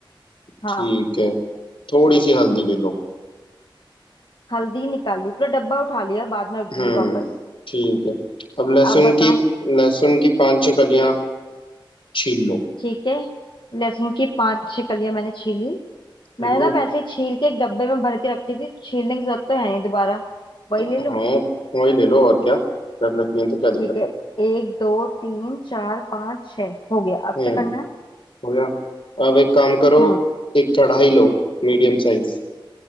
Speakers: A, on the left; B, on the left.
A: हाँ
B: ठीक है थोड़ी सी हल्दी ले लो
A: हल्दी निकाल ली पूरा डब्बा उठा लिया बाद में रख दूंगी
B: हम्म
A: वापस
B: ठीक है अब लहसुन
A: आप बताओ
B: की लहसुन की पांच छह कलियां छील
A: ठीक है लहसुन की पांच छह कलियां मैंने छीली
B: लो
A: मैंने ना वैसे ही छील के एक डब्बे में भर के रखी थी छीलने की जरूरत तो है नहीं दोबारा वही
B: हाँ
A: ले लूं
B: वही ले लो और क्या रख रखी है तो क्या दिक्कत
A: ठीक है
B: है
A: एक दो तीन चार पाँच छह हो गया अब
B: हम्म
A: क्या करना है
B: हो गया अब एक काम करो
A: हम्म
B: एक कढ़ाई लो मीडियम साइज